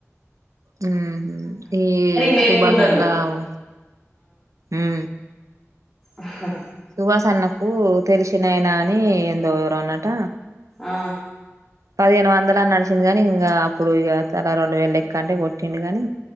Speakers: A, on the right; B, in the centre.
A: హుహ్ ఈ
B: మేపుకున్నారు
A: సుభాష్ అన్నావ్ ఉ
B: ఆ హా
A: సువాాస అన్నకు తెలిసినైనా అని ఎందో ఎవరో అన్నట
B: ఆ
A: పదిహేను వందల అని నడిచింది గాని ఇంకా అప్పుడు ఇక అలా రెండు వేలు లెక్క అంటే కొట్టిండు గాని